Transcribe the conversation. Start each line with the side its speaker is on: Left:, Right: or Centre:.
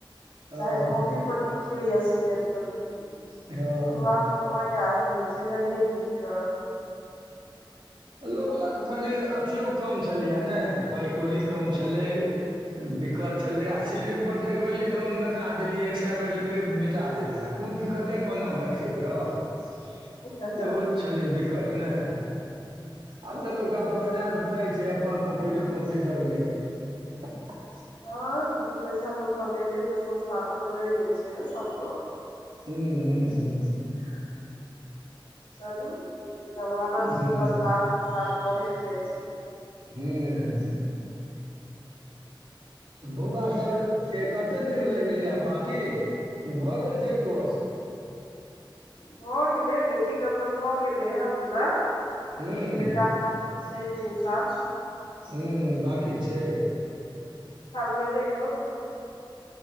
Right: ह
Left: चाहे कॉपी पर लिखियौ या सिलेट पर लिखियौ शुरुआत
Right: हँ
Left: तऽ अ ये आ स होइ छै लाइने घिच कऽ
Right: लोक लग कनि अथियो कम छलैए ने पाइ कौड़ी कम छलै दिक्कत छलय आ सिलेट पर त एक बेर लिखलउ मिटा देलियै एक सै बेर लिखलौ मिटा देबै आ कॉपी पर कते पन्ना देकचैत रहब सेहो
Left: हँ
Right: छलैया दिक्कत न आब तऽ
Left: पहिले
Right: लोक के अफरजाद
Left: से-
Right: पाय छै अपन कोपि कोपी दगने जाय यै
Left: हँ तऽ दू पैसा लोक कमेले तऽ संसाधन बेर गेल छै न सबकअ
Right: हू हू हू हू
Left: चलू जमाना
Right: ह्म
Left: छै बदलाव के साथ बढेत जाइ छै
Right: हू हू हू बौआ
Left: अच्छा
Right: सब के कत कते दिन रहि गेलियै आब बाकी कि भऽ गेल छै कोर्स
Left: भऽ गेलै बेटी के तऽ भऽ गेले ह पूरा
Right: ह्म
Left: बेटा क अखन छै तीन साल
Right: हू बाकी छै
Left: भेले ह